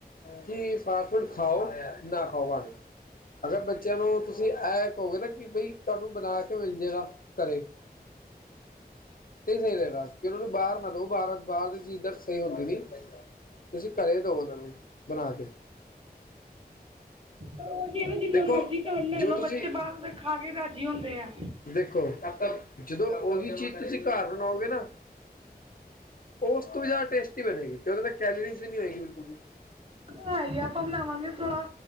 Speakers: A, on the left; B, on the right.
A: ਕਿ ਫਾਸਟ ਫੂਡ ਖਾਓ ਨਾ ਖਾਓ ਪਾਵੇ। ਅਗਰ ਬੱਚਿਆਂ ਨੂੰ ਤੁਸੀਂ ਇਹ ਕਹੋਗੇ ਨਾ ਕਿ ਬਈ ਤੁਹਾਨੂੰ ਬਣਾ ਕੇ ਮਿਲ ਜੇਗਾ ਘਰੇ।
B: <inaudible>
A: ਫਿਰ ਸਈ ਰਹੇਗਾ ਕਿ ਉਹਨਾਂ ਨੂੰ ਬਾਹਰ ਨਾ ਦੋ ਬਾਹਰ-ਬਾਹਰ ਦੀ ਚੀਜ਼ ਤਾਂ ਸਹੀ ਹੁੰਦੀ ਨੀ। ਤੁਸੀਂ ਘਰੇ ਦੋ ਉਹਨਾਂ ਨੂੰ ਬਣਾ ਕੇ
B: ਪਰ ਉਹੀ ਹੈ ਨਾ ਜਿੰਨਾ
A: ਦੇਖੋ
B: ਮਰਜ਼ੀ ਘਰ ਲੈ
A: ਜੋ
B: ਲਓ
A: ਤੁਸੀਂ
B: ਬੱਚੇ ਬਾਹਰ ਦੇ ਖਾ ਕੇ ਰਾਜੀ ਹੁੰਦੇ ਹੈ
A: <inaudible> ਦੇਖੋ ਜਦੋਂ ਉਹੀ ਚੀਜ਼ ਤੁਸੀਂ ਘਰ ਬਣਾਓਗੇ ਨਾ ਉਹ ਉਸ ਤੋਂ ਵੀ ਜ਼ਿਆਦਾ ਟੇਸਟੀ ਬਣੇਗੀ ਤੇ ਉਹ ਤਾਂ ਕੈਲਰੀਜ਼ ਵੀ ਨਹੀਂ ਹੋਏਗੀ ਬਿਲਕੁਲ ਵੀ
B: ਬਣਾਈਏ ਆਪਾਂ ਬਣਾਵਾਂਗੇ ਥੋੜਾ